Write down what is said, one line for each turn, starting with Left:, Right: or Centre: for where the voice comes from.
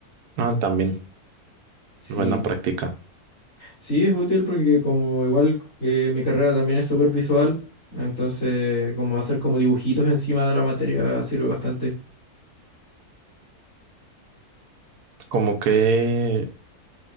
Right: Ah, también,
Left: Sí.
Right: buena práctica.
Left: Sí, es útil porque como igual eh, mi carrera también es súper visual, entonces como hacer como dibujitos encima de la materia sirve bastante.
Right: Como que,